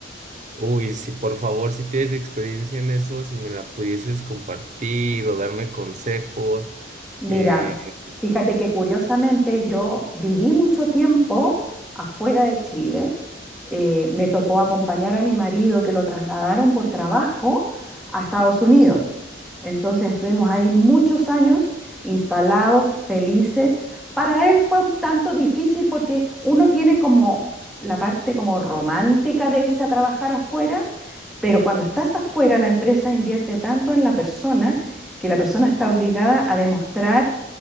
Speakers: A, on the right; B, in the centre.
A: Uy, si por favor, si tienes experiencia en eso, si me la pudieses compartir o darme consejos.
B: Mira,
A: eh,
B: fíjate que curiosamente yo viví mucho tiempo afuera de Chile. Eh, me tocó acompañar a mi marido que lo trasladaron por trabajo a Estados Unidos. Entonces estuvimos ahí muchos años instalados, felices. Para él fue un tanto difícil porque uno tiene como la parte como romántica de irse a trabajar afuera, pero cuando estás afuera la empresa invierte tanto en la persona que la persona está obligada a demostrar